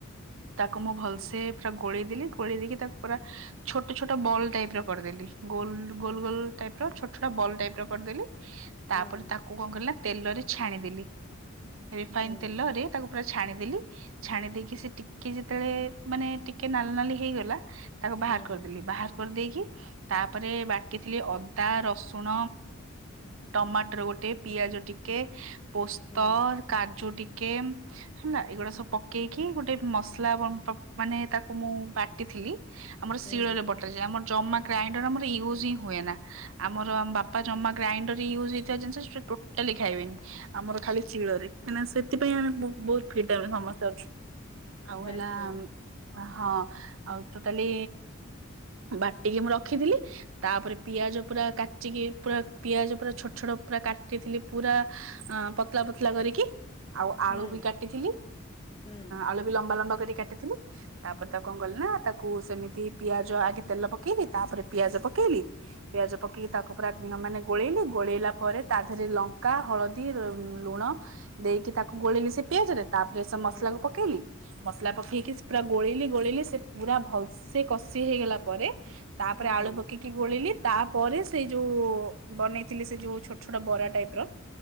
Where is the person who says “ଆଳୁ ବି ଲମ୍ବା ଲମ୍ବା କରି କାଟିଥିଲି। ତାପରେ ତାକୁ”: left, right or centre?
Right